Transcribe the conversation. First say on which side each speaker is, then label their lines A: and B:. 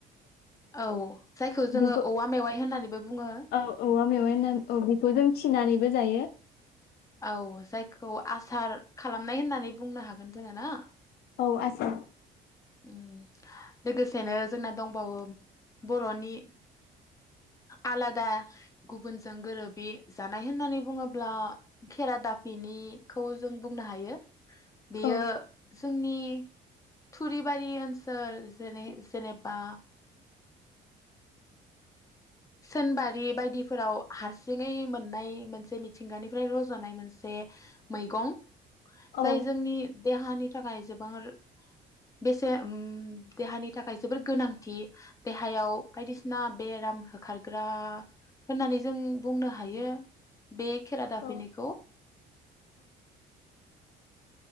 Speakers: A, on the left (about 20°); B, on the left (about 75°).
A: औ जायखौ जोङो
B: बेखौ
A: औवा मेवाइ होननानैबो बुङो।
B: औ औवा मेवाइ होनान औ बेखौ जों थिनानैबो जायो।
A: औ जाय खौ आसार खालामनाय होननानै बुंनो हागोन जोङो ना
B: औ आसार
A: उम लोगोसेनो जोंना दंबावो बर'नि आलादा गुबुनजों गोरोबि जानाय होननानै बुङोब्ला खेरा दाफिनिखौ जों बुंनो हायो बियो
B: औ
A: जोंनि थुरिबारि ओनसोल जेने जेनेबा सोनबारि बायदिफोराव हारसिङै मोननाय मोनसे मिथिंगानिफ्राय रज'नाय मोनसे मैगं
B: औ
A: जाय जोंनि देहानि थाखाय जोबोर बेसे देहानि थाखाय जोबोर गोनांथि देहायाव बायदिसि ना बेराम हो ग्रा होननानै जों बुंनो ह हायो बे खेरा दाफिनिखौ
B: औ